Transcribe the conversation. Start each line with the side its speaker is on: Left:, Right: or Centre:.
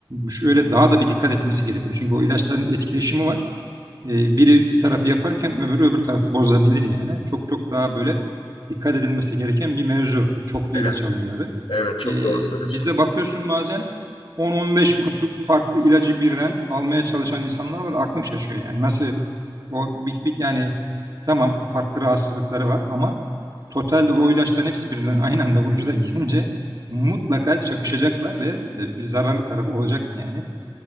Right: şöyle daha da bir dikkat etmesi gerekiyor. Çünkü o ilaçların etkileşimi var e, biri bir tarafı yaparken öbürü öbür tarafı bozabilir yani. Çok çok daha böyle dikkat edilmesi gereken bir mevzu. Çoklu
Left: Evet,
Right: ilaç alımları.
Left: evet çok
Right: E,
Left: doğru söylüyorsun.
Right: bizde bakıyorsun bazen 10-15 kutluk farklı ilacı birden almaya çalışan insanlar var. Aklım şaşıyor yani. Nasıl o bir, bir- yani tamam farklı rahatsızlıkları var ama totalde o ilaçların hepsi birden aynı anda vücuda girince mutlaka çakışacaklar ve e, bir zararlı tarafı olacak yani.